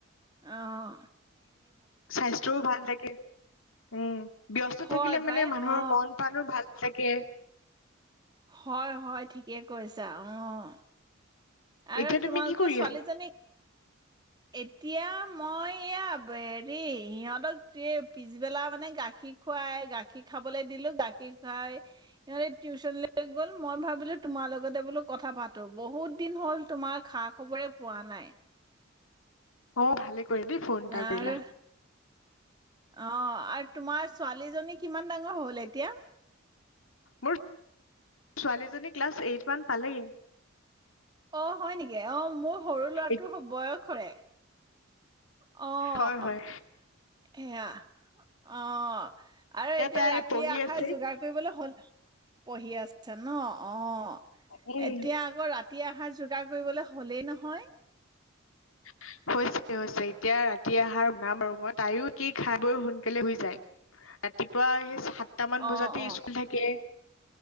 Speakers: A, on the right; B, on the left.
A: আহ।
B: স্বাস্থ্যও ভাল থাকে উম। ব্যস্ত
A: হয়
B: থাকিলে
A: পাই
B: মানে মানুহৰ
A: অ
B: মন পানো ভাল তাকে
A: হয় হয় ঠিকে কৈছা আহ। আৰু
B: এতিয়া তুমি
A: তোমালোকৰ
B: কি কৰি
A: ছোৱালীজনী।
B: আছা
A: এতিয়া মই এইয়া হেৰি সিহঁতক পিছবেলা মানে গাখীৰ খুৱাই গাখীৰ খাবলৈ দিলো গাখীৰ খুৱাই সিহঁতে টিউচনলৈ গ'ল মই ভাবিলো তোমাৰ লগতে বোলো কথা পাতো বহুত <unintelligible> দিন হ'ল তোমাৰ খা-খবৰে পোৱা নাই।
B: অ', ভালে। <unintelligible> দেই ফোন এটা
A: আৰু
B: কৰিলা।
A: অ', আৰু তোমাৰ ছোৱালীজনী কিমান ডাঙৰ হ'ল এতিয়া?
B: মো ছোৱালীজনী ক্লাছ এইটমান পালেই।
A: অ', হয় নেকি? অ', মোৰ সৰু ল'ৰাটোৰ
B: ইত-
A: বয়সৰে। অ'হ।
B: হয় হয়
A: সেয়া, অ'। আৰু এতিয়া
B: তাই
A: ৰাতিৰ
B: পঢ়ি
A: আহাৰ
B: আছে
A: যোগাৰ কৰিবলৈ হ'ল। পঢ়ি আছে। ন, অ',
B: উম
A: এতিয়া আকৌ ৰাতি আহাৰ যোগাৰ কৰিবলৈ হ হলেই নহয়।
B: হৈছে, হৈছে এতিয়া ৰাতি আহাৰ বনাম আৰু মই, তাইও কি খাই-বৈ সোনকালে শুই যায়। ৰাতিপুৱা সেই সা তামান
A: অ',
B: বজাতি
A: অ',
B: স্কুল থাকে।